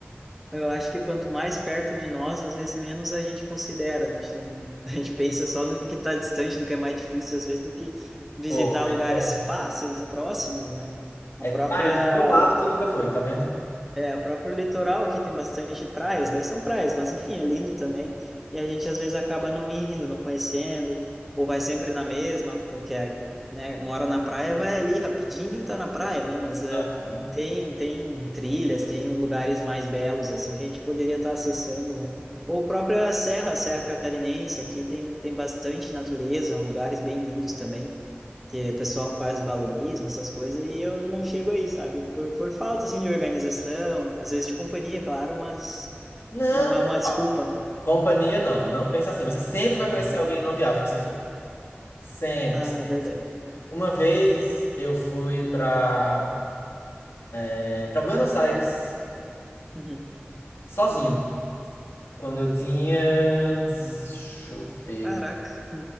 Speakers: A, in the centre; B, on the left.
A: Eu acho que quanto mais perto de nós, às vezes menos a gente considera. A gente não, <laughs> a gente pensa só no que está distante, no que é mais difícil, às vezes, do que visitar
B: Pois
A: lugares
B: é.
A: fáceis e próximos, né?
B: É,
A: A própria
B: tá aí do teu lado, tu nunca foi, tá vendo?
A: é, o próprio litoral aqui tem bastante praias, daí são praias, mas enfim, é lindo também. E a gente às vezes acaba não indo, não conhecendo, ou vai sempre na mesma, que é, né, mora na praia, vai ali rapidinho, tá na praia, né? Mas eh,
B: Aham.
A: tem tem trilhas, tem lugares mais belos assim que a gente poderia estar acessando, né? Ou própria Serra, Serra Catarinense, aqui tem tem bastante natureza, lugares bem lindos também que o pessoal faz balonismo, essas coisas, e eu não chego aí, sabe? Por, por falta, assim, de organização, às vezes de companhia, claro, mas
B: Não,
A: não
B: mas
A: é uma desculpa,
B: Paulo,
A: né?
B: companhia não, não pensa assim. Você sempre vai conhecer
A: Uhum.
B: alguém numa viagem que você for. Sempre,
A: Ah,
B: sempre.
A: é verdade.
B: Uma vez eu fui pra, é, pra Buenos Aires,
A: Uhum.
B: sozinho. Quando eu tinha. Deixa eu ver.
A: Caraca.